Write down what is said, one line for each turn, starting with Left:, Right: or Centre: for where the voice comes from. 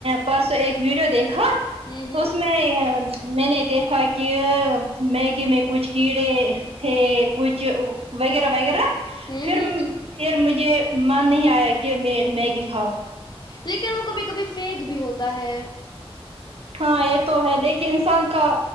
Right: پرسوں ایک ویڈیو دیکھا
Left: ہوں
Right: تو
Left: ہوں
Right: اس میں میں نے دیکھا کہ میگی میں کچھ کیڑے تھ کچھ وغیرہ وغیرہ
Left: ہوں
Right: پھر
Left: ہوں
Right: پھر مجھے من نہیں آیا کہ میں میگی کھاؤں
Left: لیکن وہ کبھی کبھی فیک بھی ہوتا ہے
Right: ہاں یہ تو ہے لیکن انسان کا